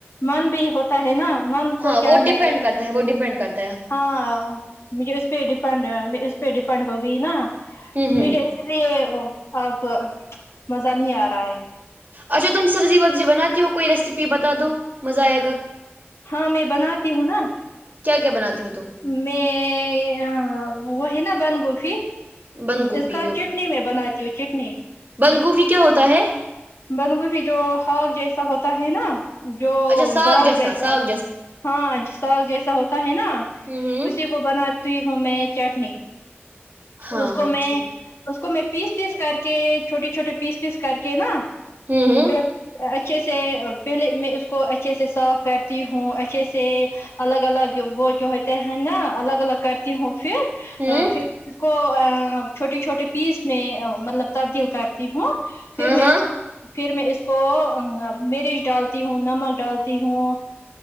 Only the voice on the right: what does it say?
ہاں
وہ
ڈیپینڈ کرتا ہے وہ ڈیپینڈ کرتا
ہوں ہوں
اچھا تم سبزی وبزی بناتی ہو کوئی ریسیپی بتا دو مزہ آئے گا
کیا کیا بناتی ہو تم
بند گوبھی
بند گوبی کیا ہوتا ہے
اچھا ساگ
ساگ
ہوں ہوں
ہاں
ہاں
ٹھیک
ہوں ہوں
ہوں
ہاں
ہاں